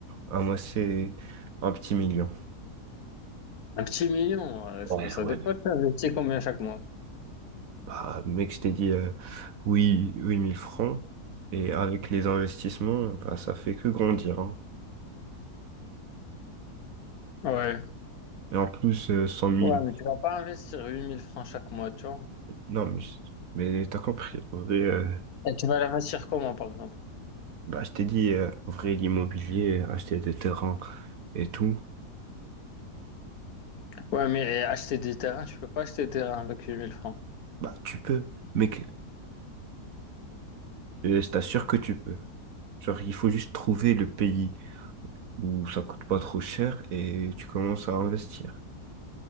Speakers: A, on the right (about 65°); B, on the left (about 65°).
A: amassé un petit million.
B: Un petit million, euh,
A: Ouais,
B: je sais pas, ça
A: ouais.
B: dépend,
A: ouais.
B: tu investis combien chaque mois.
A: Bah, mec, je t'ai dit euh, oui, 8000 francs. Et avec les investissements, bah, ça fait que grandir. hein.
B: Ouais.
A: Et en plus, euh, 100 000.
B: Ouais, mais tu vas pas investir 8000 francs chaque mois, tu vois.
A: Non, mais, mais t'as compris. En vrai, euh,
B: Et tu vas l'investir comment, par exemple?
A: bah, je t'ai dit, euh, en vrai, l'immobilier, acheter des terrains et tout,
B: Ouais, mais acheter des terrains, tu peux pas acheter des terrains avec huit mille francs.
A: bah, tu peux. Mec, euh, je t'assure que tu peux. Genre, il faut juste trouver le pays où ça coûte pas trop cher et tu commences à investir